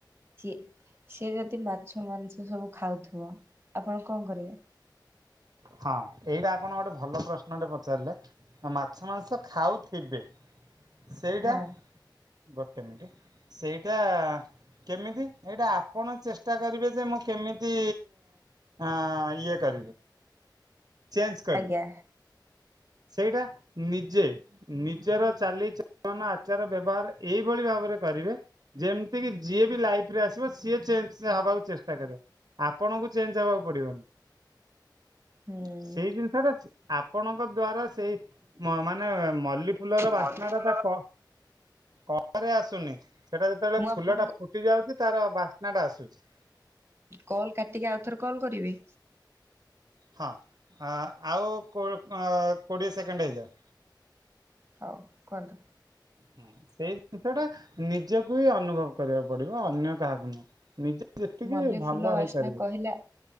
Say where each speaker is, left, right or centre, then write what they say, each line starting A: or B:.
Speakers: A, on the right (about 30°); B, on the right (about 55°).
A: ସିଏ ସିଏ ଯଦି ମାଛ ମାଂସ ସବୁ ଖାଉଥିବ ଆପଣ କଣ କରିବେ?
B: ହଁ ଏଇଟା ଆପଣ ଗୋଟେ ଭଲ ପ୍ରଶ୍ନଟେ ପଚାରିଲେ। ମାଛ ମାଂସ ଖାଉଥିବେ ସେଇଟା
A: ହଁ
B: ଗୋଟେ ମିନିଟ। ସେଇଟା କେମିତି ଏଇଟା ଆପଣ ଚେଷ୍ଟା କରିବେ ଯେ ମୁଁ କେମିତି ଆଁ ଇଏ କରିବି। ଚେଞ୍ଜ କରିବି।
A: ଆଜ୍ଞା
B: ସେଇଟା ନିଜେ ନିଜର ଚାଲିଚଳନ ଆଚାର ବ୍ୟବହାର ଏଇଭଳି ଭାବରେ କରିବେ। ଯେମିତି କିି ଯିଏ ବି ଲାଇଫ ରେ ଆସିବ ସିଏ ଚେଞ୍ଜ ହେବାକୁ ଚେଷ୍ଟା କରିବ। ଆପଣଙ୍କୁ ଚେଞ୍ଜ ହବାକୁ ପଡିବନି
A: ହୁଁ।
B: ସେଇ ଜିନିଷ ଟା ଆପଣ ଦ୍ଵାରା ସେଇ ମାନେ ମଲ୍ଲି ଫୁଲର
A: ମଲ୍ଲୀ
B: ବାସ୍ନା
A: ଫୁଲର
B: ଟା ତା କ ପରେ ଆସୁନି ସେଟା ଯେତେବେଳେ
A: ମୁଁ ଆପଣଙ୍କୁ
B: ଫୁଲ ଟା ଫୁଟି ଯାଉଛି ତାର ବାସ୍ନା ଟା ଆସୁଛି।
A: କଲ୍ କାଟିକି ଆଉ ଥରେ କଲ୍ କରିବି?
B: ହଁ ଆଉ କୋ କୋଡ଼ିଏ ସେକେଣ୍ଡ ହେଇଯାଉ।
A: ହଉ କୁହନ୍ତୁ?
B: ହଁ ସେଇ ଜିନିଷ ଟା ନିଜକୁ ହିଁ ଅନୁଭବ କରିବାକୁ ପଡିବ ଅନ୍ୟ କାହାକୁ ନୁହଁ। ନିଜେ ଯେତିକି
A: ମଲ୍ଲି
B: ଭଲ
A: ଫୁଲ ବାସ୍ନା
B: ହେଇପାରିବେ।
A: କହିଲା